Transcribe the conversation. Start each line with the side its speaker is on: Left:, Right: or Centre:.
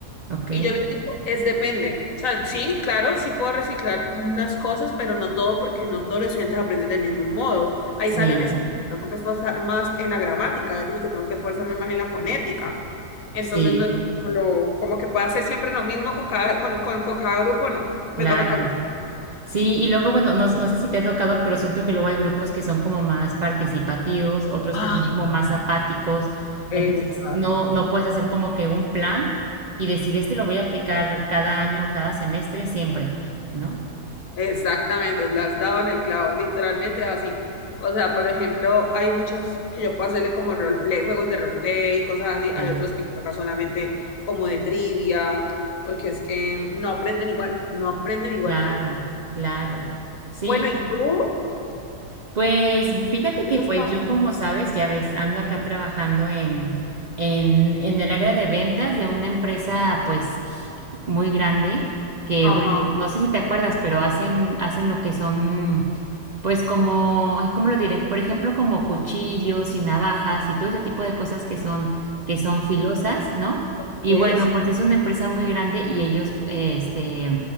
Right: ok,
Left: Y yo les digo, es depende. O sea, sí, claro, sí puedo reciclar unas cosas, pero no todo porque no todos los estudiantes aprenden del mismo modo. Hay
Right: sí,
Left: salones en los que tengo que esforzar más en la gramática, hay otros que tengo que esforzarme más en la fonética. Entonces
Right: sí,
Left: no es como, lo, como que pueda hacer siempre lo mismo con cada, con, con, con cada grupo, no. Me
Right: claro.
Left: toca cambiar.
Right: Sí, y luego, bueno, no, no sé si te ha tocado, pero siento que luego hay grupos que son como más participativos, otros
Left: Ah,
Right: que son como más apáticos.
Left: Exacto.
Right: Entonces, no, no puedes hacer como que un plan y decir, este lo voy a aplicar cada año, cada semestre, siempre, ¿no?
Left: Exactamente, le has dado en el clavo, literalmente es así. O sea, por ejemplo, hay muchos que yo puedo hacerle como roleplay, juegos de roleplay y cosas así.
Right: Sí,
Left: Hay otros que me toca solamente como de trivia, porque es que no aprenden igual, no aprenden igual,
Right: claro,
Left: Marta.
Right: claro. Sí,
Left: Bueno, ¿y tú?
Right: Pues fíjate
Left: ¿Qué
Right: que
Left: estás
Right: pues
Left: trabajando?
Right: yo como sabes, ya ves, ando acá trabajando en, en, en el área de ventas de una empresa pues gi- muy grande que
Left: Ajá,
Right: bueno, no sé si te acuerdas, pero hacen, hacen lo que son pues como, ay, ¿cómo lo diré? Por ejemplo, como cuchillos y navajas y todo ese tipo de cosas que son, que son filosas, ¿no?
Left: ok,
Right: Y bueno,
Left: sí.
Right: Sí. pues es una empresa muy grande y ellos, este,